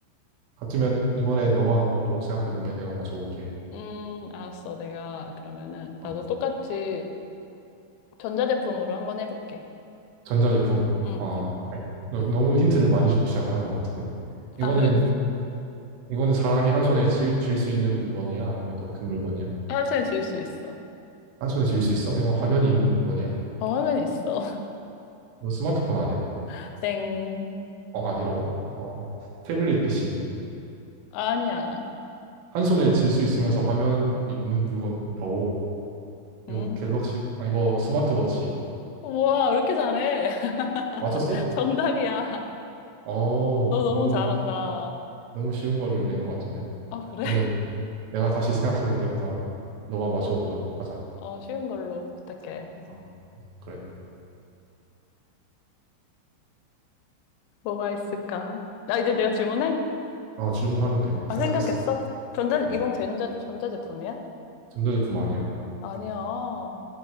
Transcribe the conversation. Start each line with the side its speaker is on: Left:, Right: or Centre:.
Right: 같으면 이번에 너가 한번 또 생각해 볼래? 내가 맞춰볼게.
Left: 음, 알았어. 내가 그러면은 나도
Right: 어.
Left: 똑같이 전자제품으로 한번 해볼게.
Right: 전자제품.
Left: 음,
Right: 어, 너, 너무 힌트를 많이 주고 시작하는 것 같은데. 이거는,
Left: 아, 그래.
Right: 이거는 사람이 한 손에 쥘, 쥘수 있는 물건이야? 아니면 더 큰 물건이야?
Left: 화살 지을 수 있어.
Right: 한 손에 쥘 수 있어? 이건 화면이
Left: 어,
Right: 있는 물건이야?
Left: 화면 있어.
Right: 이거 스마트폰 아니야?
Left: <laughs> 땡.
Right: 어, 아니라고? 어, 태블릿 PC.
Left: 아니야.
Right: 한 손에 쥘 수 있으면서 화면이 있는 물건이라고.
Left: 음.
Right: 이거 갤럭시, 아, 이거 스마트워치.
Left: 우와, 왜 이렇게 잘해? <laughs>
Right: 맞췄어?
Left: 정답이야.
Right: 어,
Left: 너 너무
Right: 너무,
Left: 잘한다.
Right: 너무 쉬운 거를 내는 것 같은데.
Left: 아, 그래?
Right: 그러면은 내가 다시 생각해 볼 테니까 너가 맞춰보도록 하자.
Left: 어, 쉬운 걸로 부탁해.
Right: 어, 그래.
Left: 뭐가 있을까? 나 이제 내가 질문해?
Right: 어, 질문하면 돼.
Left: 아,
Right: 생각했어.
Left: 생각했어? 전자,
Right: 어,
Left: 이건 전자, 전자제품이야?
Right: 전자제품 아니야.
Left: 아니야.